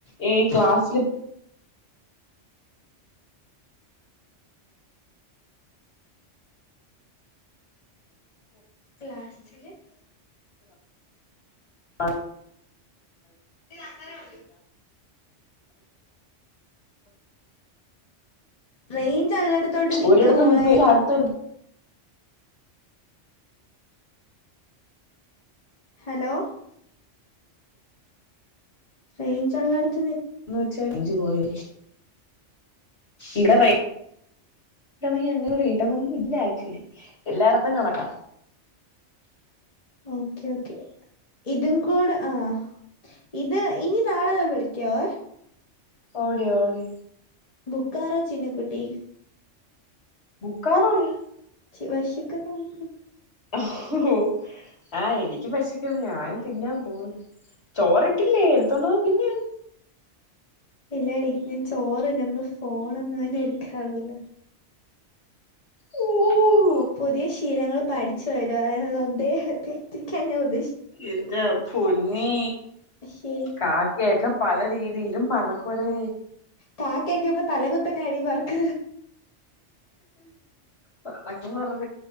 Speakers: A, on the left (about 60°); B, on the left (about 30°).
A: ഈ ക്ലാസ്സ്‌ ക്ലാസ്സില്
B: ക്ലാസ്സില്
A: അ
B: ഇ തക്കാലം റേയിഞ്ച് ഉള്ളടത്തോട്ട് നിക്ക്
A: ഒരിടത്ത്
B: മോളെ
A: നിക്കുമ്പോ എനിക്ക് അടുത്തടുത്ത്
B: ഹലോ റേഞ്ച് ഉള്ളടത്തു
A: എന്ന് വെച്ചാ റേഞ്ചു പോയി ഇവിടെ റേ ണങ്കി അങ്ങനെ ഇടമൊന്നും ഇല്ല ആക്ച്വലി എല്ലായിടത്തും കണക്കാം
B: ഓക്കെ ഓക്കെ ഇതും കൂടെ ആഹ ഇത് ഇനി നാളെ വിളിക്കോ
A: ഓടെ ഓടെ
B: ബുക്കാറോ ചിന്ന കുട്ടി
A: ബക്കാറോയ
B: വിശക്കെ നന്നു
A: ആഹ എനിക്ക് പശി ഞാനും തിന്നാൻ പോണ് ചോറിട്ടില്ലേ എടുത്തോണ്ടത് തിന്നെയാണ്
B: എല്ലാടി ഞാൻ ചോറ് ഞമ്മൾ ഫോണൊന്നും അവന്നെ എടുക്കാറില്ല
A: ഉം
B: പുതിയ ശീലങ്ങൾ പഠിച്ചു വരു എന്ന അദ്ദേഹക്കൻ ചോദിച്ചു
A: എന്താ പൊന്നി
B: ശീ
A: കാക്കയൊക്കെ പല രീതിയിലും പറക്കൂടേ
B: കാാക്കയാക്ക ഇ്പ തലഗൂത്തനെ അടി ബർക്ക
A: പറക്ക പററ